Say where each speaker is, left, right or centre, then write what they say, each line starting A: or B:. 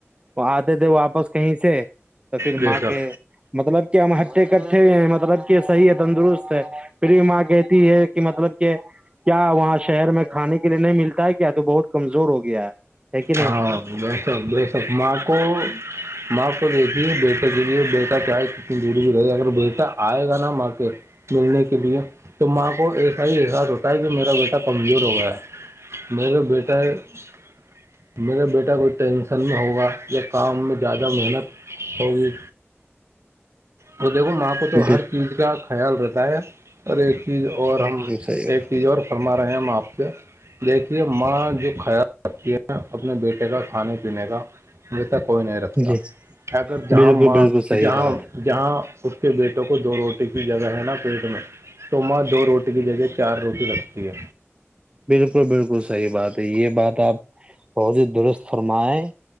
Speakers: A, on the right; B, on the right.
A: آتے تھے واپس کہیں سے تو پھر
B: بے
A: ماں
B: شک
A: کے مطلب کہ ہم ہٹھتے کٹھے ہو ہیں مطلب کہ صحیح ہے تندرست ہے پھر بھی ماں کہتی ہے کہ مطلب کہ کیا وہاں شہر میں کھانے کے لیے نہیں ملتا ہے کیا تو بہت کمزور ہو گیا ہے کہ نہیں
B: ہاں بے شک بے شک ماں کو ماں کو دیکھیے بیٹا کے لیے بیٹا چاہے کتنی دوری بھی رہے گ اگر بیٹا آئے گا نا ماں کے ملنے کے لیے تو ماں کو ایسا ہی احساس ہوتا ہے کہ میرا بیٹا کمزور ہو گیا ہے میر جوا بیٹا ہے بیٹا کوئی ٹینسن میں ہوگا یا کام میں زیادہ محنت ہوگی وہ دیکھو ماں کو
A: بالکل
B: تو ہر چیز کا خیال رتاا ہے سر ایک چیز اور ہم
A: صحیح
B: ایک چیز اور فرما رہے ہیں ہم آپ سے دیکھیے ماں جو کھیا جاتی ہے اپنے بیٹے کا کھانے پینے کا کوئی نہیں رکھتا
A: جی
B: اگر جہاں
A: بالکل
B: ماں
A: صحیح
B: جہاں
A: بات
B: جہاں اس کے بیٹوں کو دوڑ کی جگہ ہے نا پیٹ میں تو ماں دو روٹی کی جگہ چار روٹی رکھتی ہے
A: بالکل بالکل صحیح بات ہے یہ بات آپ بہود درست فرم ہے